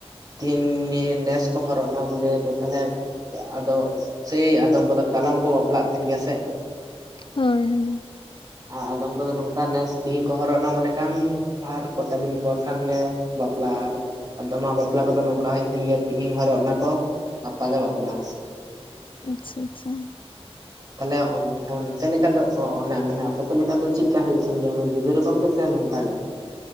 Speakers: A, on the right; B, on the left.
A: ᱛᱤᱱ ᱱᱮᱥ ᱠᱚ ᱦᱚᱨᱚᱜ ᱱᱟ ᱵᱚᱞᱮ ᱛᱟᱦᱚᱞᱮ ᱟᱫᱚ ᱥᱮᱭ ᱟᱫᱚᱢ ᱠᱚᱫᱚ ᱠᱟᱞᱟᱢ ᱠᱚ ᱵᱟᱯᱞᱟᱜ ᱛᱟᱦᱮᱱ ᱜᱮᱭᱟ ᱥᱮ
B: ᱦᱳᱭ ᱦᱳᱭ
A: ᱟᱨ ᱟᱫᱚᱢ ᱠᱚᱫᱚ ᱱᱚᱝᱠᱟ ᱱᱮᱥ ᱛᱮᱦᱤᱧ ᱠᱚ ᱦᱚᱨᱚᱜ ᱱᱟ ᱢᱚᱱᱮ ᱠᱟᱢ ᱟᱨ ᱠᱚᱴᱟ ᱫᱤᱱ ᱯᱚᱨ ᱠᱷᱟᱱ ᱜᱮ ᱵᱟᱯᱞᱟ ᱟᱨ ᱟᱫᱚᱢᱟᱜ ᱵᱟᱯᱞᱟ ᱠᱚᱫᱚ ᱱᱚᱝᱠᱟ ᱦᱩᱭᱩᱜ ᱛᱟᱹᱦᱤᱱ ᱜᱮᱭᱟ ᱛᱤᱦᱤᱧ ᱦᱚᱨᱚᱜ ᱱᱟ ᱠᱚ ᱜᱟᱯᱟ ᱜᱮ ᱵᱟᱯᱞᱟ
B: ᱟᱪᱷᱟ ᱟᱪᱷᱟ
A: ᱛᱟᱦᱚᱞᱮ ᱚᱱ ᱚᱱᱛᱮ ᱞᱮᱠᱟ ᱫᱚ ᱚᱸ ᱚᱱᱟ ᱢᱟᱱᱮ ᱟᱯᱮ ᱥᱮᱫ ᱞᱮᱠᱟ ᱫᱚ ᱪᱤᱫᱠᱟ ᱦᱩᱭᱩᱜ ᱛᱟᱹᱦᱮᱱ ᱜᱮᱭᱟ ᱡᱩᱫᱟᱹ ᱨᱚᱠᱚᱢ ᱜᱮ ᱥᱮ ᱱᱚᱝᱠᱟ ᱜᱮ